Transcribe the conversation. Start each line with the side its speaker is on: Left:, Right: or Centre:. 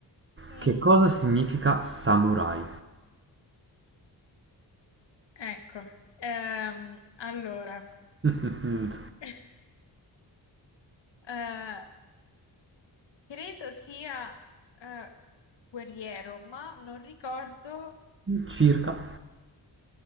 Left: mm.
Right: Che cosa significa samurai?
Left: Ecco, ehm, allora,
Right: Mm,
Left: <laughs> eh, credo sia eh, guerriero, ma non ricordo,
Right: circa,